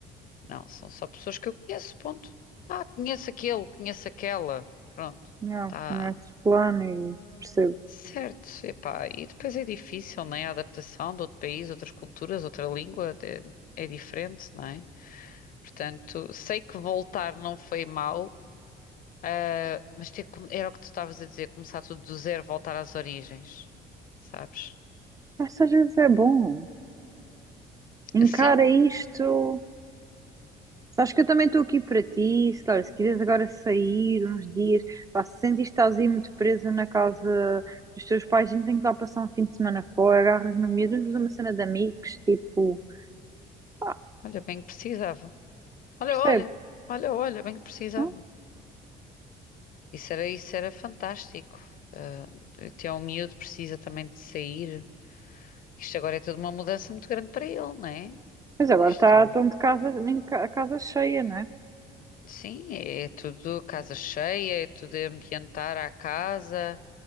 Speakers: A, on the left; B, on the right.
A: Não, são só pessoas que eu conheço, ponto. Ah, conheço aquele, conheço aquela. Pronto,
B: Não,
A: tá
B: conheces plano e percebo.
A: certo. Epá, e depois é difícil, né? A adaptação de outro país, outras culturas, outra língua é, é diferente, não é? Portanto, sei que voltar não foi mau, ah, mas ter, que- era o que tu estavas a dizer, começar tudo do zero, voltar às origens, sabes?
B: Mas às vezes é bom. Encara
A: Assim,
B: isto. Sabes que eu também estou aqui para ti, se, olha, se quiseres agora sair uns dias, pá, se sentires que estás aí muito presa na casa dos teus pais, a gente tem que lá passar um fim de semana fora, agarras no miúdo, vamos fazer uma cena de amigos, tipo, pá,
A: olha, bem que precisava. Olha,
B: percebes,
A: olha, olha, olha, bem que precisava.
B: não?
A: Isso era, isso era fantástico. Ah, até um miúdo precisa também de sair. Isto agora é tudo uma mudança muito grande para ele, não é?
B: Mas agora
A: Isto,
B: tá, estão de casa, nem ca- a casa cheia, não é?
A: sim, é tudo casa cheia, é tudo ambientar a casa,